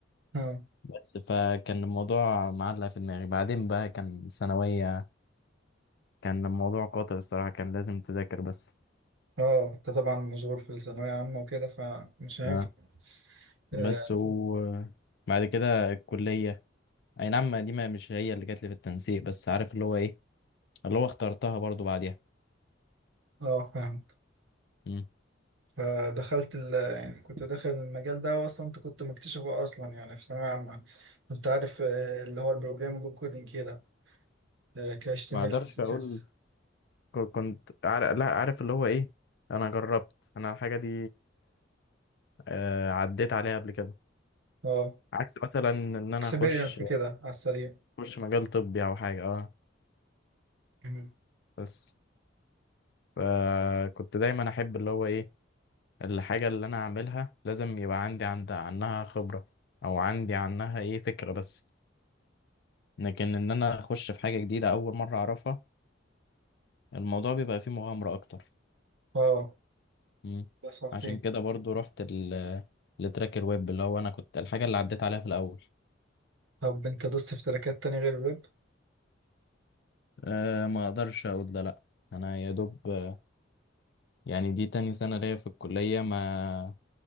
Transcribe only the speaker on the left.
بس فكان الموضوع معلق في دماغي بعدين بقى كان ثانوية كان الموضوع قاتل الصراحة كان لازم تذاكر بس
اه بس
وبعد كده الكلية اي نعم دي ما مش هي اللي جات لي في التنسيق بس عارف اللي هو ايه اللي هو اخترتها برضو بعديها
مم.
ما اقدرش
اقول ك- كنت عارف لا عارف اللي هو ايه انا جربت انا الحاجه دي آه، عديت عليها قبل كده
عكس مثلا ان انا
اخش
اخش مجال طبي او حاجه اه
بس فكنت دايما احب اللي هو ايه الحاجه اللي انا اعملها لازم يبقى عندي عند عنها خبره او عندي عنها ايه فكره بس لكن ان انا اخش في حاجه جديده اول مره اعرفها الموضوع بيبقى فيه مغامره اكتر
مم.
عشان كده برضو رحت ال- لتراك الويب اللي هو انا كنت الحاجه اللي عديت عليها في الاول
أه ما اقدرش اقول ده لا انا يا دوب آه، يعني دي تاني سنه ليا في الكليه ما